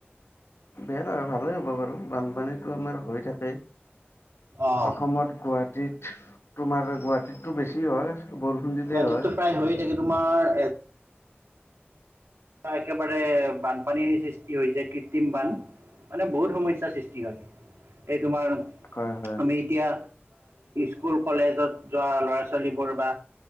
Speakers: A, on the left; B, on the right.
A: বেয়া নহয় ভালেই হ'ব বাৰু। বানপানীতো আমাৰ হৈ থাকে
B: অঁ
A: অসমত গুৱা তোমাৰ গুৱাহাটীততো বেছি হয়। বৰষুণ দিলেই
B: গুৱাহাটীততো
A: হয়
B: প্ৰায় হৈয়ে থাকে তোমাৰ এই বাৰ একেবাৰে বানপানীৰ সৃষ্টি হৈছে কৃত্ৰিম বান মানে বহুত সমস্যাৰ সৃষ্টি হয়, এই তোমাৰ
A: হয় হয়
B: আমি এতিয়া স্কুল কলেজত যোৱা ল'ৰা ছোৱালীবোৰ বা